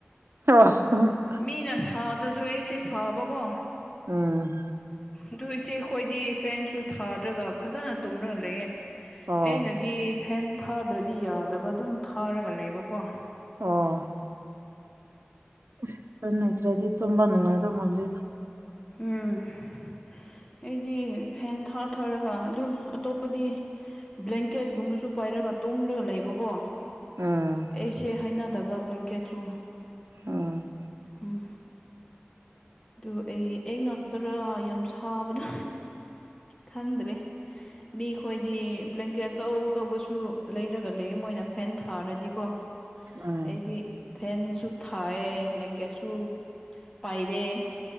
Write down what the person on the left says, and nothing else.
ꯃꯤꯅ ꯁꯥꯗ꯭ꯔꯁꯨ ꯑꯩꯁꯦ ꯁꯥꯕꯀꯣ
ꯑꯗꯨ ꯏꯆꯦ ꯑꯩꯈꯣꯏꯗꯤ ꯐꯦꯟꯁꯨ ꯊꯥꯗ꯭ꯔꯒ ꯐꯖꯅ ꯇꯨꯝꯔꯒ ꯂꯩꯌꯦ꯫
ꯑꯩꯅꯗꯤ ꯐꯦꯟ ꯊꯥꯗ꯭ꯔꯗꯤ ꯌꯥꯗꯕ ꯑꯗꯨꯝ ꯊꯥꯔꯒ ꯂꯩꯕꯀꯣ꯫
ꯎꯝ ꯑꯩꯗꯤ ꯐꯦꯟ ꯊꯥꯊꯔꯒ ꯑꯗꯨ ꯑꯇꯣꯞꯄꯗꯤ ꯕ꯭ꯂꯦꯡꯀꯦꯠꯀꯨꯝꯕꯁꯨ ꯄꯥꯏꯔꯒ ꯇꯣꯝꯂꯒ ꯂꯩꯕꯀꯣ
ꯑꯩꯁꯦ ꯍꯥꯏꯅꯗꯕ ꯕ꯭ꯂꯦꯡꯀꯦꯠꯁꯨ
ꯎꯝ ꯑꯗꯨ ꯑꯩ ꯑꯩ ꯉꯥꯛꯇꯔꯥ ꯌꯥꯝ ꯁꯥꯕꯗꯣ ꯈꯪꯗ꯭ꯔꯦ꯫ ꯃꯤ ꯈꯈꯣꯏꯗꯤ ꯕ꯭ꯂꯦꯡꯀꯦꯠ ꯑꯧ ꯑꯧꯕꯁꯨ ꯂꯩꯔꯒ ꯂꯩ ꯃꯣꯏꯅ ꯐꯦꯟ ꯊꯥꯔꯗꯤꯀꯣ
ꯑꯩꯗꯤ ꯐꯦꯟꯁꯨ ꯊꯥꯏꯑ ꯕ꯭ꯂꯦꯡꯀꯦꯠꯁꯨ ꯄꯥꯏꯔꯦ꯫